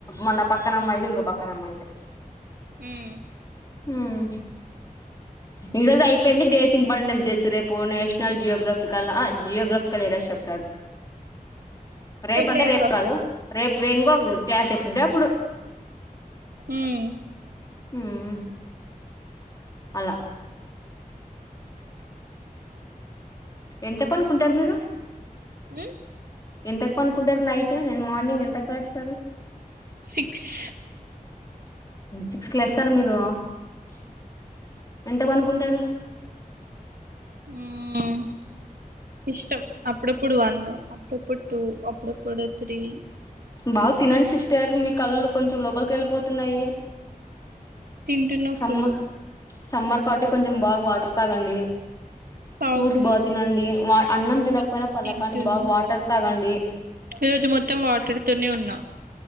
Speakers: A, on the left (about 25°); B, on the right (about 85°).
A: మన పక్కన అమ్మాయిది ఇంకో పక్కన అమ్మాయిది
B: ఉమ్
A: ఉమ్ ఈ రోజై పెండి డేస్ ఇంపార్టెన్స్ జేస్తురు రేపు నేషనల్ జియోగ్రఫికల జియోగ్రఫికల్ ఏరస్ చెప్తారు రేపంటే
B: లేదు
A: రేపు
B: అసలు
A: కాదు రేపు వెంగో క్లాస్ ఎప్పుడుంటే అప్పుడు
B: ఉమ్
A: ఉమ్ అలా ఎంత పనుకుంటారు మీరు
B: ఉమ్
A: ఎంతకు పనుకుంటారు నైట్ అండ్ మార్నింగ్ ఎంతకు లేస్తారు
B: సిక్స్
A: సిక్స్ కి లేస్తారు మీరు ఎంత పనుకుంటారు
B: ఉమ్ ఇష్టం అప్పుడప్పుడు వన్ అప్పుడప్పుడు టూ అప్పుడప్పుడు త్రీ
A: బాగు తినండి సిస్టర్ మీ కళ్ళు కొంచెం లోపలికి వెళ్ళిపోతున్నాయి
B: తింటున్న
A: సమ్మర్
B: ఫుల్లు
A: సమ్మర్ కాటి కొంచెం బాగా వాటర్ తాగండి
B: తాగుతున్నా
A: ఫ్రూట్స్ బాగా తినండి అన్నం
B: తాగుతున్నా
A: తినకపోయినా పర్లేకాని
B: తింటున్నా
A: బాగా వాటర్ తాగండి
B: ఈరోజు మొత్తం వాటర్ తోనే ఉన్నా